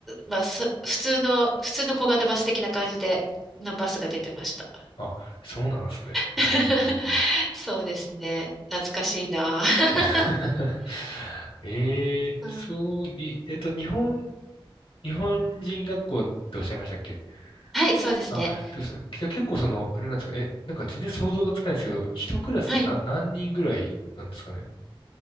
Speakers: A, in the centre; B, on the left.
A: まあ、す普通の、普通の小型バス的な感じでのバスが出てました。
B: あ、そうなんですね。
A: <laughs>
B: うんうんうんうん
A: そうですね。懐かしいな。<laughs>
B: <laughs> ええそうに、
A: うん
B: えっと、日本、日本人学校っておっしゃいましたっけ
A: はい、そうですね。
B: あ、どうですねじゃあ結構その、あれなんですかえ、なんか全然想像がつかないですけど、一クラスな、
A: はい。
B: 何人ぐらいなんですかね